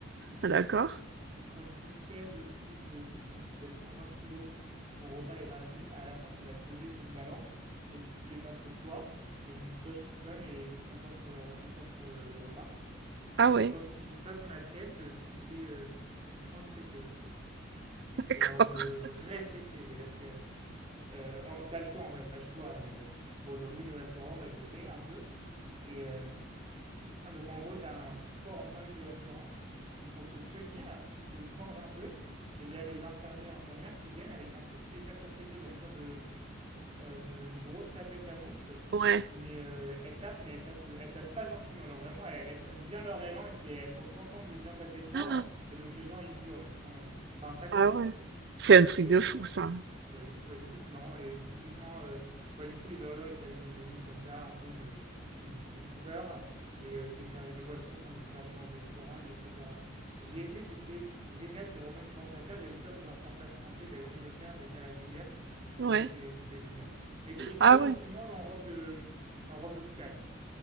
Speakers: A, on the right (about 55°); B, on the right (about 30°).
A: Ah d'accord.
B: Quand tu pèses plus de je sais plus c'est peut-être 120 kilos, ton repas est gratuit. À la fin tu vas te peser sur une balance et si tu dépasses le poids, il y a une cloche qui sonne et on t'offre le on t'offre euh, le repas.
A: Ah ouais,
B: Et quand tu ne finis pas ton assiette, euh, tu te fais, euh, tu, tu prends une fessée.
A: <laughs> d'accord,
B: Mais genre une euh, vraie fessée, c'est-à-dire que euh, oh, t'as le choix en vrai, t'as le choix, mais bon, dans le jeu du restaurant, moi je l'ai fait un peu, et euh, et donc en gros, tu as un support en plein milieu du restaurant où pour te tenir, tu te cambres un peu et il y a les infirmiers et infirmières qui viennent avec un truc spécial pour fesser, genre une sorte de, euh, de grosse tapette à mouche.
A: ouais.
B: Mais euh, elles tapent, mais elles tapent, elles tapent pas gentiment. Genre vraiment, elles, elles prennent bien leur élan et puis elles sont contentes de bien taper fort.
A: Ah!
B: Et donc les gens, ils hurlent, ils font... Enfin, ça crie
A: Ah ouais.
B: quoi.
A: C'est un truc
B: Et,
A: de fou
B: euh,
A: ça.
B: Ouais, du coup, ouais, du coup, c'est marrant. Et typiquement, euh, ouais, du coup, les burgers, ils, savent- ils ont des noms comme ça, un peu de, qui, qui font peur. Et euh, t'es servi, les boissons sont servies dans des seringues, etc. J'y ai été, c'était génial. C'était vraiment une expérience à faire. J'ai vu ça dans un reportage français. J'avais envie de le faire. Je l'ai fait à Las Vegas.
A: Ouais.
B: C'était, c'était génial. Et, t'es- et tu-
A: Ah
B: ah oui,
A: ouais,
B: tu manges en robe de, en robe d'hôpital.